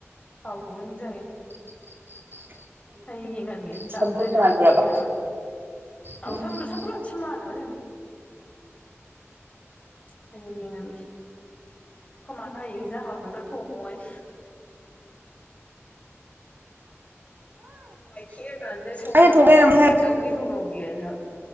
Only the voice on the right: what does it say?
<inaudible>
ꯁꯝꯕꯨꯜ
ꯃꯥꯜꯂꯨꯔꯕ
ꯎꯝ
<inaudible>
ꯑꯩꯅ ꯊꯣꯛꯂꯩꯔꯝꯃꯦ ꯍꯥꯏ